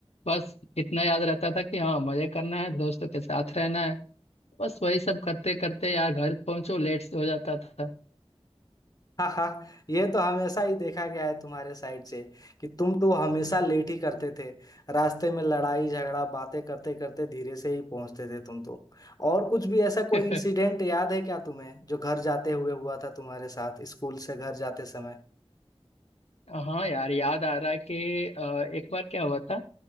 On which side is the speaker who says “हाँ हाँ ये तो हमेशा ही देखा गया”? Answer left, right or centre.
Left